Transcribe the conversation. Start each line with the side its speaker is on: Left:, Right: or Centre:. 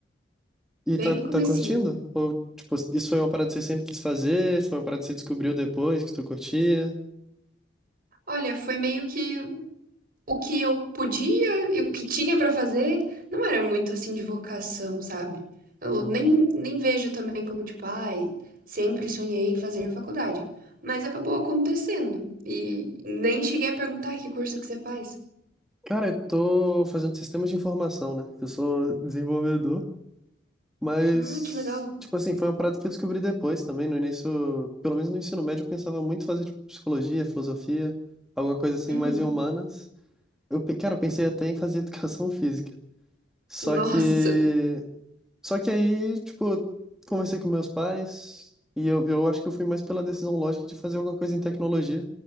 Centre: E
Right: bem
Centre: tá,
Right: no
Centre: tá
Right: comecinho.
Centre: curtindo? Ou, tipo, isso foi uma parada que você sempre quis fazer? Foi uma parada que você descobriu depois que tu curtia?
Right: Olha, foi meio que o que eu podia e o que tinha pra fazer não era muito assim de vocação, sabe? Eu
Centre: Uhum.
Right: nem, nem vejo também como tipo, ai, sempre sonhei em fazer faculdade, mas acabou acontecendo e nem cheguei a perguntar que curso que você faz.
Centre: Cara, eu tô fazendo sistemas de informação, né? Eu sou desenvolvedor, mas,
Right: Ah, que legal.
Centre: tipo assim, foi uma parada que eu descobri depois também. No início, pelo menos no ensino médio, eu pensava muito em fazer, tipo, psicologia, filosofia, alguma coisa assim
Right: Uhum.
Centre: mais em humanas. Eu, pe- cara, eu pensei até em fazer <laughs> educação física. Só
Right: Nossa.
Centre: que. Só que aí, tipo, conversei com meus pais e eu, eu acho que eu fui mais pela decisão lógica de fazer alguma coisa em tecnologia,